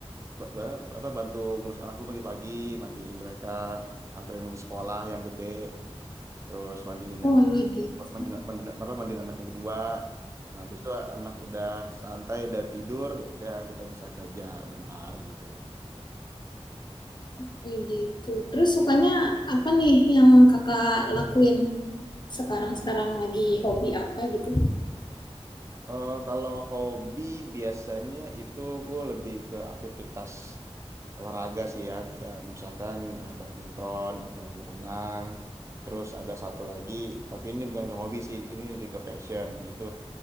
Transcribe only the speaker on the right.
ba- ba- apa bantu ngurus anak lu pagi-pagi, mandiin mereka, anterin ke sekolah yang gede terus mandiin
yang
mandiin, mandiin apa mandiin anak yang kedua nah besok anak udah santai udah tidur ya udah kita bisa kerja bentar gitu
Eh, kalau hobi biasanya itu gue lebih ke aktivitas olahraga sih ya kayak misalkan eh, badminton atau berenang terus ada satu lagi tapi ini bukan ke hobi sih ini lebih ke passion itu